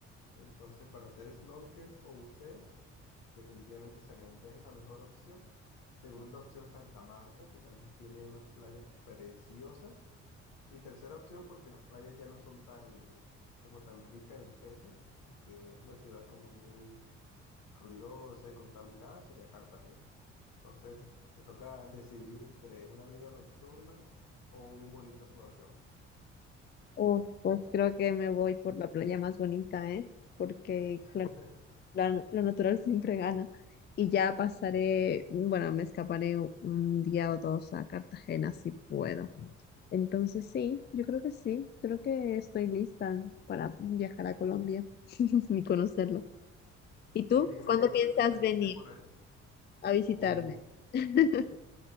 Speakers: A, on the left (about 60°); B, on the left (about 30°).
A: Entonces, para hacer snorkel o buceo, Definitivamente San Andrés es la mejor opción. Segunda opción, Santa Marta, que también tiene unas playas preciosas. Y tercera opción, porque las playas ya no son tan, como tan ricas en peces, porque es una ciudad como muy ruidosa y contaminada, sería Cartagena. Entonces, te toca decidir entre una vida nocturna o un bonito snorkel.
B: o pues creo que me voy por la playa más bonita, ¿eh? Porque
A: <laughs>
B: la- lo natural siempre gana. Y ya pasaré, bueno, me escaparé u- un día o dos a Cartagena si puedo. Entonces sí, yo creo que sí, creo que estoy lista para viajar a Colombia <laughs> y conocerlo. ¿Y tú?
A: Y dime,
B: ¿Cuándo
A: cuéntame
B: piensas
A: tu experiencia
B: venir
A: por ahí.
B: a visitarme?
A: Uf.
B: <laughs>